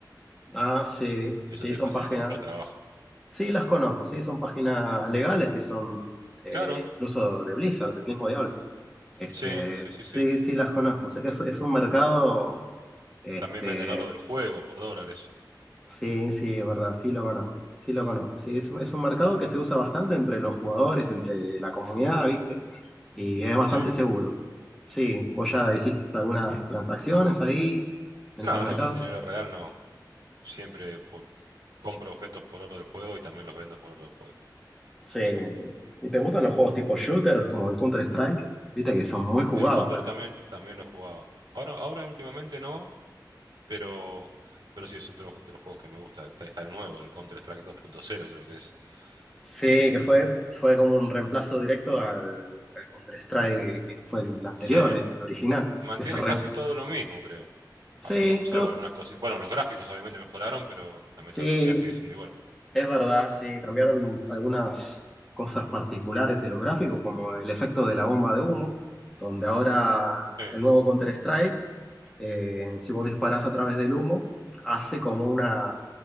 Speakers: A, in the centre; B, on the right (about 65°).
A: Ah, sí,
B: Eso
A: sí,
B: te
A: son
B: facilita
A: páginas.
B: mucho trabajo.
A: Sí, las conozco, sí, son páginas legales que son eh,
B: Claro,
A: incluso de Blizzard, del mismo diablo. Este,
B: sí, sí,
A: sí,
B: sí, sí.
A: sí, las conozco. Sé que es, es un mercado, este,
B: También venden oro del juego por dólares.
A: sí, sí, es verdad, sí lo conozco, sí lo conozco. Sí, es, un- es un mercado
B: Mm,
A: que se usa bastante entre los jugadores, entre la comunidad, ¿viste? Y es bastante
B: Sí.
A: seguro. Sí, vos ya hiciste algunas transacciones ahí, en
B: No,
A: esos mercados.
B: no, con dinero real no. Siempre po- compro objetos por oro del juego y también los vendo por oro del juego.
A: Sí,
B: Sí, sí.
A: sí. ¿Y te gustan los juegos tipo shooter, como el Counter-Strike? Viste que son muy jugados
B: El Counter también, también lo jugaba. Ahora, ahora últimamente no, pero, pero sí es otro, otro de los juegos que me gusta. Está, está el nuevo, el Counter-Strike 2.0 creo que es.
A: Sí,
B: Que
A: que fue, fue como un reemplazo directo al, al Counter-Strike que fue el anterior,
B: sí.
A: el, el original.
B: Mantiene
A: Que se re-
B: casi todo lo mismo, creo.
A: Sí,
B: Ah, ma- Salvo
A: creo,
B: algunas cositas. Bueno, los gráficos obviamente mejoraron, pero la metodología
A: sí,
B: sigue siendo igual.
A: Es verdad, sí, cambiaron algunas cosas particulares de los gráficos, como el efecto de la bomba de humo, donde ahora
B: Sí.
A: el nuevo Counter-Strike, eh, si vos disparás a través del humo, hace como una,